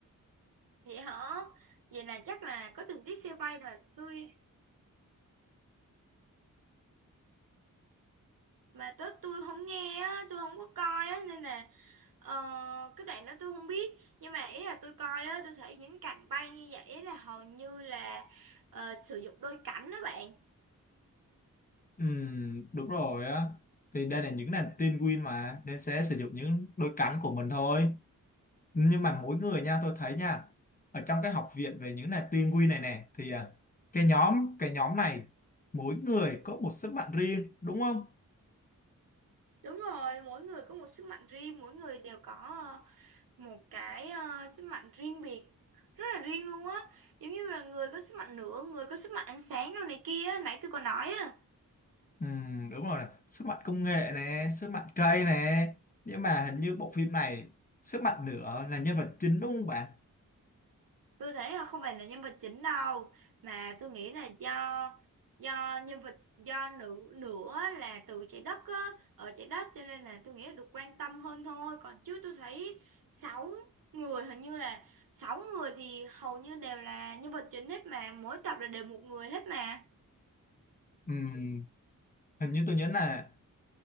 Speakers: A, on the right; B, on the left.
A: vậy hả vậy là chắc là có tình tiết xe bay mà tôi mà tớ tôi không nghe á tôi không có coi á nên là Ờ, cái đoạn đó tôi không biết nhưng mà ý là tôi coi á tôi thấy những cành bay như vậy là hầu như là ờ, sử dụng đôi cánh đó bạn
B: Ừm, đúng rồi á thì đây là những nàng tin Win mà nên sẽ sử dụng những đôi cánh của mình thôi nhưng mà mỗi người nha tôi thấy nha ở trong cái học viện về những là tiên quy này nè thì à, cái nhóm cái nhóm này mỗi người có một sức mạnh riêng đúng không
A: đúng rồi mỗi người có một sức mạnh riêng mỗi người đều có ờ, một cái ờ, sức mạnh riêng biệt rất là riêng luôn á giống như là người có sức mạnh lửa người có sức mạnh ánh sáng đồ này kia á, nãy tôi có nói á
B: Ừm, đúng rồi nè. sức mạnh công nghệ nè sức mạnh cây nè nhưng mà hình như bộ phim này sức mạnh nữa là nhân vật chính đúng không bạn
A: tôi thấy là không phải là nhân vật chính đâu mà tôi nghĩ là do do nhân vật do nữ nữa là từ trái đất á, ở trái đất cho nên là tôi nghĩ là được quan tâm hơn thôi còn chứ tôi thấy sáu người hình như là sáu người thì hầu như đều là nhân vật chính hết mà mỗi tập là đều một người hết mà
B: Ừm, hình như tôi nhớ là